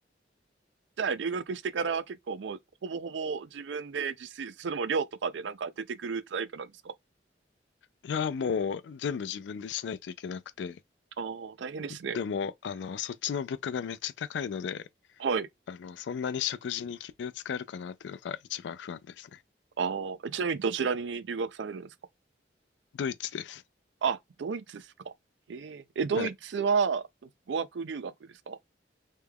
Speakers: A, on the right; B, on the left.
A: じゃあ留学してからは結構もうほぼほぼ自分で自炊、それも寮とかでなんか出てくるタイプなんですか
B: や、もう全部自分でしないといけなくて、
A: ああー、大変ですね。
B: でも、あの、そっちの物価がめっちゃ高いので、
A: はい。
B: あの、そんなに食事に気を使えるかなっていうのが一番不安ですね。
A: ああ、えちなみにどちらに留学されるんですか
B: ドイツです。
A: あ、ドイツですか。えええ、ドイツは語学留学ですか
B: はい。